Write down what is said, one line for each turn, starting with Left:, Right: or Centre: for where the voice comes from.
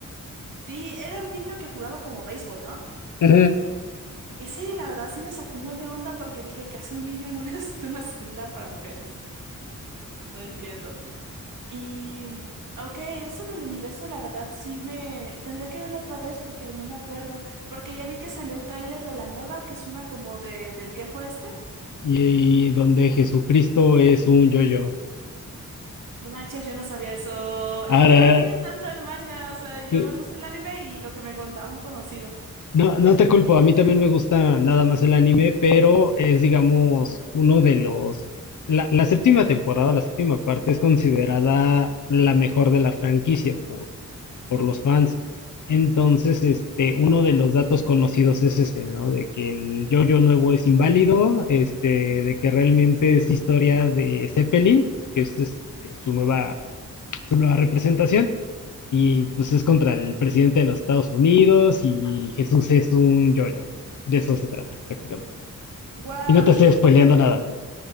Right: Sí, era un niño que jugaba como béisbol, ¿no?
Left: Ajá.
Right: Y sí, la verdad sí me sacó un buen de onda porque dije que hace un niño en una, <laughs> una celda para mujeres. No entiendo. Y. mm, Ok, eso del universo, la verdad sí me. Tendría que verlo otra vez porque no me acuerdo. Porque ya vi que salió el tráiler de la nueva, que es una como de, del viejo este.
Left: Y, y donde Jesucristo es un yo-yo.
Right: No manches, yo no sabía eso. Es
Left: Ahora,
Right: que no sigo tanto el manga, o sea, yo
Left: te-
Right: me gusta el anime y lo que me contaba un conocido.
Left: No, no te culpo, a mí también me gusta nada más el anime, pero es, digamos, uno de los... La, la séptima temporada, la séptima parte es considerada la mejor de la franquicia por, por los fans. Entonces, este, uno de los datos conocidos es ese, ¿no? De que el yo nuevo es inválido, este, de que realmente es historia de Zeppelin, que es este, su nueva, su nueva representación. Y pues es contra el presidente de los Estados Unidos y Jesús es un yo yo De eso se trata, prácticamente.
Right: Wow,
Left: Y no te
Right: y
Left: estoy spoileando nada.